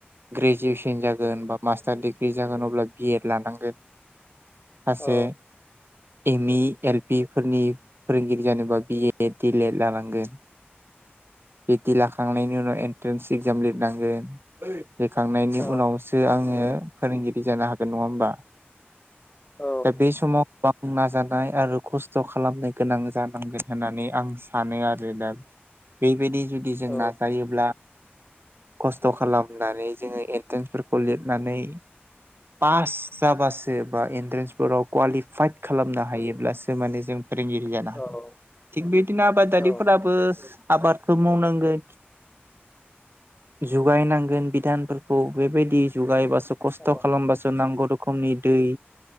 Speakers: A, on the right (about 65°); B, on the left (about 25°).
A: ग्रेजुवेसन जागोन बा मास थार डिग्रि जागोन अब्ला बि एड लानांगोन। सासे
B: औ
A: एम इ एल पि फोरनि फोरोंगिरि जानोबा बिए दिलेद लानांगोन। बिदि लाखांनायनि उनाव एन्ट्रेन्स एक्जाम लिरनांगोन। लेरखांनायनि
B: औ
A: उनावसो आङो फोरोंगिरि जानो हागोन नङा होमबा?
B: औ
A: दा बे समाव गोबां नाजानाय आरो खस्थ' खालामनाय गोनां जानांगोन होननानै आं सानो आरो दा बेबायदि जुदि जों
B: औ
A: नाजायोब्ला खस्थ' खालामनानै जोङो एन ट्रेन्सफोरखौ लिरनानै पास जाबासो बा एन्ट्रेन्सफोराव क्वालिफाइद खालामनो हायोब्लासो माने जों फोरोंगिरि जानो
B: औ
A: हागोन। थिग बेदिनो आबादारिफोराबो
B: औ
A: आबादखौ मावनांगोन। जुगायनांगोन बिधानफोरखौ बेबायदि जुगायबासो खस्थ'
B: औ
A: खालामबासो नांगौ रखमनि दै